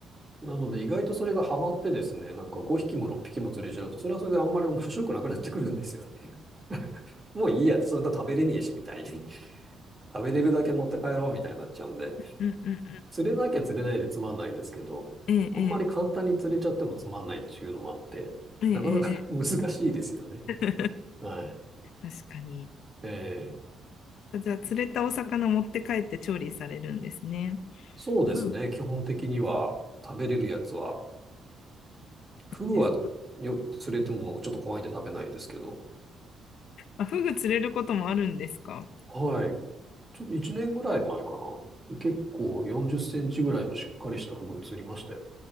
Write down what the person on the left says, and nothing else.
うんうん。
え
え、ええ、
ええ。
ええ <laughs>
確かに。
じゃあ、釣れたお魚持って帰って調理されるんですね。
フうグん。
です。
あ、フグ釣れることもあるんですか